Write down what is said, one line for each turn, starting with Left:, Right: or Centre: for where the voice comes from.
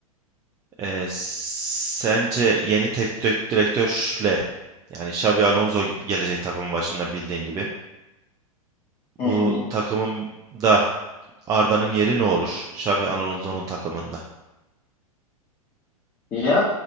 Right: Eee, sence yeni teknik direktörle yani Xabi Alonso gelecek takımın başında bildiğin gibi.
Left: hı
Right: Bu
Left: hı. hı.
Right: takımın da Arda'nın yeri ne olur? Xabi Alonso'nun takımında.
Left: Ya